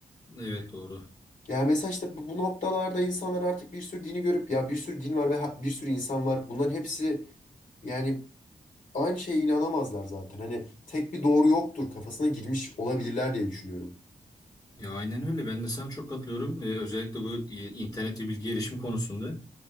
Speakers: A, on the left (about 25°); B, on the left (about 60°).
A: Evet doğru.
B: Yani mesela işte bu bu noktalarda insanlar artık bir sürü dini görüp ya bir sürü din var ve ha- bir sürü insan var. Bunların hepsi yani aynı şeye inanamazlar zaten. Hani tek bir doğru yoktur kafasına girmiş olabilirler diye düşünüyorum.
A: Ya aynen öyle. Ben de sana çok katılıyorum. Ee, özellikle bu e, internet ve bilgi erişim konusunda.